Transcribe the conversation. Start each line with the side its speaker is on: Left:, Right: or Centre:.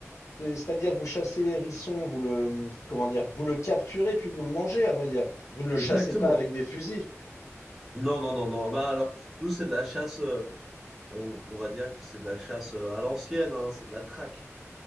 Left: c'est- c'est-à-dire vous chassez l'hérisson, vous le comment dire, vous le capturez puis vous le mangez, à vrai dire. Vous ne le
Centre: Exactement.
Left: chassez pas avec des fusils.
Centre: Non, non, non, non. Bah alors, nous, c'est de la chasse, euh, on, on va dire que c'est de la chasse euh, à l'ancienne, hein, c'est de la traque.